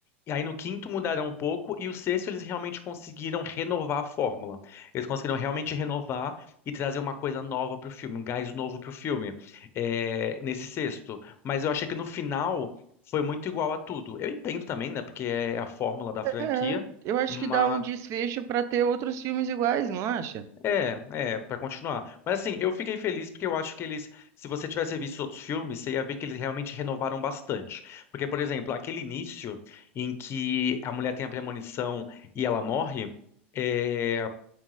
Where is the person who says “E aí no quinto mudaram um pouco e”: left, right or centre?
Left